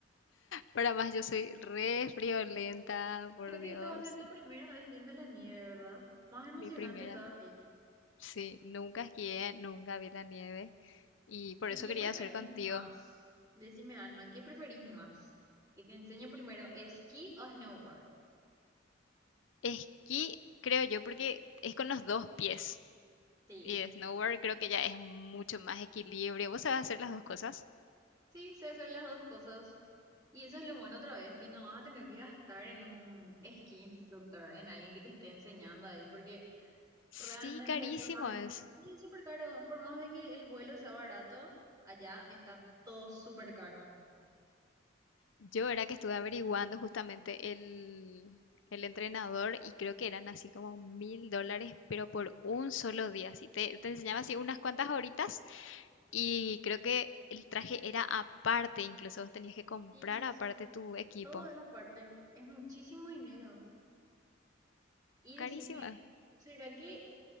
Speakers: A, on the left; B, on the right.
A: Para más, yo soy re friolenta, por
B: Creo que
A: Dios.
B: esta va a ser tu primera vez viendo la nieve, ¿verdad? Más emocionante
A: Mi primera.
B: todavía.
A: Sí, nunca esquié, nunca vi la nieve. Y por
B: ¿Y
A: eso
B: qué
A: quería
B: preferís
A: hacer contigo.
B: más? Decime, Alma, ¿qué preferís más? ¿Que te enseñen primero esquí o snowboard?
A: Esquí, creo yo, porque es con los dos pies.
B: Sí,
A: Y snowboard creo que ya es mucho más equilibrio. ¿Vos sabés hacer las dos cosas?
B: sí, sé hacer las dos cosas. Y eso es lo bueno otra vez, que no vas a tener que gastar en un esquí instructor, en alguien que te esté enseñando ahí, porque
A: Sí,
B: realmente
A: carísimo
B: por más de
A: es.
B: que, sí, es súper caro, por más de que el vuelo sea barato, allá está todo súper caro.
A: Yo era que estuve averiguando justamente el, el entrenador y creo que eran así como mil dólares, pero por un solo día. Así te, te enseñaba
B: Sí,
A: así unas cuantas horitas y creo que el traje era aparte, incluso vos tenías que comprar
B: sí, sí.
A: aparte
B: sí.
A: tu equipo.
B: Todo es aparte, es muchísimo dinero. Y
A: Carísimo.
B: decime, ¿será que